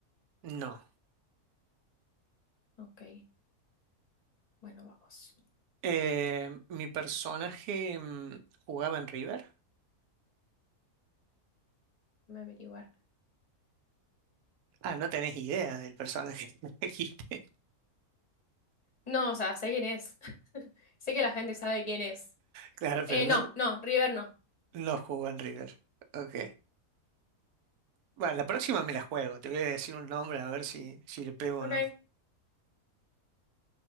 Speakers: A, on the right (about 75°); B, on the left (about 30°).
A: No.
B: Ok. Bueno, vamos.
A: Eh, mi personaje mm, jugaba en River.
B: Déjame averiguar.
A: Ah, no tenés idea del personaje que <laughs> elegiste.
B: No, o sea, sé quién es. <laughs> Sé que la gente sabe quién es.
A: Claro, pero
B: Eh,
A: no,
B: no, no, River no.
A: no jugó en River. Ok. Bueno, la próxima me la juego. Te voy a decir un nombre a ver si, si le pego
B: Ok.
A: o no.